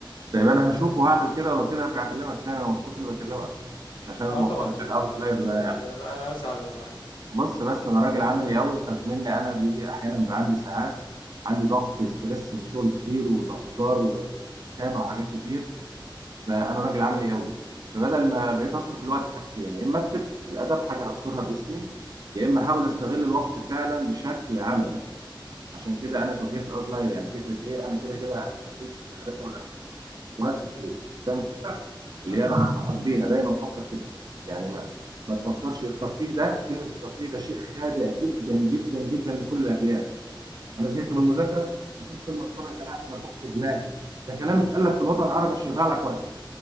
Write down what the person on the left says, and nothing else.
اه طبعا
اكيد
آه
لا انا اسعد والله حقيقي
اه
فاهم